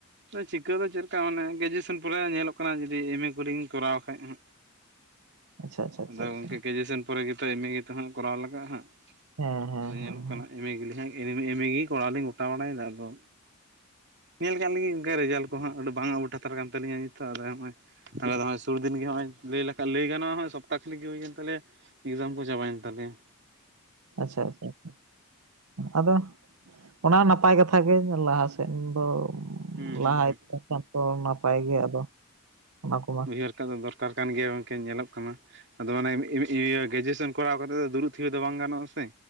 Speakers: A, on the right; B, on the right.
A: ᱪᱤᱠᱟᱹ ᱫᱚ ᱪᱮᱫᱞᱮᱠᱟ ᱢᱟᱱᱮ ᱜᱨᱮᱡᱩᱭᱮᱥᱚᱱ ᱯᱚᱨᱮ ᱧᱮᱞᱚᱜ ᱠᱟᱱᱟ ᱡᱩᱫᱤ ᱮᱢ ᱮ ᱠᱚᱨᱮᱧ ᱠᱚᱨᱟᱣ ᱠᱷᱟᱡ ᱦᱟᱸᱜ᱾
B: <inaudible>
A: ᱟᱫᱚ
B: ᱟᱪᱪᱷᱟ ᱟᱪᱪᱷᱟ
A: ᱜᱚᱝᱠᱮ ᱜᱨᱮᱡᱩᱭᱮᱥᱚᱱ ᱯᱚᱨᱮ ᱜᱮᱛᱚ ᱮᱢ ᱮ ᱜᱮᱛᱚ ᱦᱟᱸᱜ ᱠᱚᱨᱟᱣ ᱞᱟᱜᱟᱜ-ᱟ ᱦᱟᱸᱜ᱾
B: ᱦᱮᱸ ᱦᱮᱸ
A: ᱟᱫᱚ ᱧᱮᱞᱚᱜ
B: ᱦᱮᱸ ᱦᱮᱸ
A: ᱠᱟᱱᱟ ᱮᱢ ᱮ ᱜᱮᱞᱤᱧ ᱦᱟᱸᱜ ᱮᱢ ᱮ ᱜᱮ ᱠᱚᱲᱟᱣ ᱞᱤᱧ ᱜᱚᱴᱟ ᱵᱟᱲᱟᱭᱮᱫᱟ ᱟᱫᱚ᱾ ᱧᱮᱞ ᱠᱟᱜ ᱞᱮ ᱜᱤᱧ ᱚᱱᱠᱟ ᱨᱮᱡᱟᱞᱴ ᱠᱚᱦᱚᱸ ᱟᱫᱚ ᱵᱟᱝ ᱟᱣᱩᱴ ᱦᱟᱛᱟᱨ ᱠᱟᱱ ᱛᱟᱞᱤᱧᱟ ᱱᱤᱛ ᱦᱚᱸ ᱟᱫᱚ ᱦᱚᱸᱜ-ᱚᱭ ᱟᱞᱮ ᱫᱚ ᱥᱩᱨ ᱫᱤᱱ ᱜᱮ ᱦᱚᱸᱜ-ᱚᱭ ᱞᱟᱹᱭ ᱞᱮᱠᱷᱟᱱ ᱞᱟᱹᱭ ᱜᱟᱱᱚᱜ-ᱟ ᱦᱚᱸᱜ-ᱚᱭ ᱥᱚᱯᱛᱟ ᱠᱷᱟᱱᱮᱠ ᱜᱮ ᱦᱩᱭᱮᱱ ᱛᱟᱞᱮᱭᱟ᱾ ᱮᱠᱡᱟᱢ ᱠᱚ ᱪᱟᱵᱟᱭᱮᱱ ᱛᱟᱞᱮᱭᱟ᱾
B: ᱟᱪᱪᱷᱟ ᱟᱪᱪᱷᱟ ᱟᱪᱪᱷᱟ᱾ ᱟᱫᱚ ᱚᱱᱟ ᱱᱟᱯᱟᱭ ᱠᱟᱛᱷᱟ ᱜᱮ ᱞᱟᱦᱟ ᱥᱮᱫ ᱫᱚ᱾
A: ᱦᱩᱸ
B: ᱞᱟᱦᱟᱭᱮᱫ
A: ᱦᱩᱸ ᱦᱩᱸ
B: ᱠᱷᱟᱱ ᱛᱚ ᱱᱟᱯᱟᱭ ᱜᱮ ᱟᱫᱚ ᱚᱱᱟ ᱠᱚ᱾
A: ᱩᱭᱦᱟᱹᱨ ᱠᱟᱜ ᱫᱚ ᱫᱚᱨᱠᱟᱨ ᱠᱟᱱ ᱜᱮᱭᱟ ᱜᱚᱝᱠᱮ ᱧᱮᱞᱚᱜ ᱠᱟᱱᱟ᱾ ᱟᱫᱚ ᱢᱟᱱᱮ ᱤᱭᱟᱹ ᱜᱨᱮᱡᱩᱭᱮᱥᱚᱱ ᱠᱚᱨᱟᱣ ᱠᱟᱛᱮ ᱫᱚ ᱫᱩᱨᱩᱵ ᱛᱷᱤᱨ ᱫᱚ ᱵᱟᱝ ᱜᱟᱱᱚᱜ-ᱟ ᱥᱮ᱾